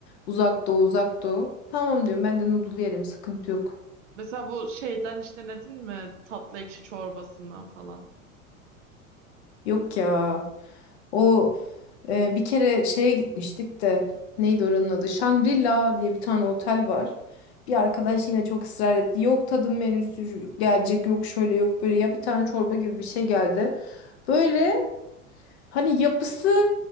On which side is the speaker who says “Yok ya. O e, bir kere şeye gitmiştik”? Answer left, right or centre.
Left